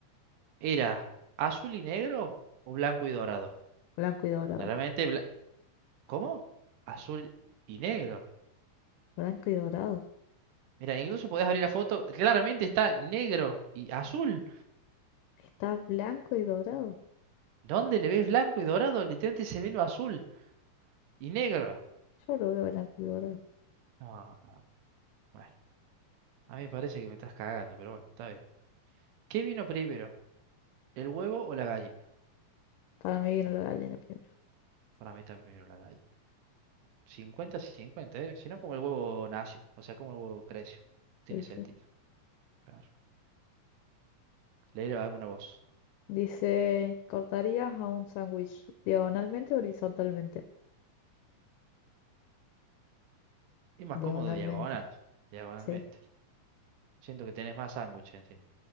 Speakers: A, on the right; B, on the left.
A: era azul y negro o blanco y dorado?
B: Blanco y dorado.
A: Claramente, bla- ¿cómo? Azul y negro.
B: Blanco y dorado.
A: Mira, incluso podés abrir la foto. Claramente está negro y azul.
B: Está blanco y dorado.
A: ¿Dónde le ves blanco y dorado? Literalmente se ve lo azul y negro.
B: Yo lo veo blanco y dorado.
A: No, no, bueno. A mí me parece que me estás cagando, pero bueno, está bien. ¿Qué vino primero? ¿El huevo o la gallina?
B: Para mí vino la gallina primero.
A: Para mí también vino la gallina. Cincuenta, cincuenta, ¿eh? Si no, como el huevo nació. O sea, como el huevo creció. Tiene
B: Y
A: sentido.
B: sí.
A: Claro. leer alguna voz.
B: Dice, ¿cortarías a un sándwich diagonalmente o horizontalmente?
A: Y más
B: Diagonalmente.
A: cómodo diagonal, diagonalmente.
B: Sí,
A: Siento que tenés más sándwich encima.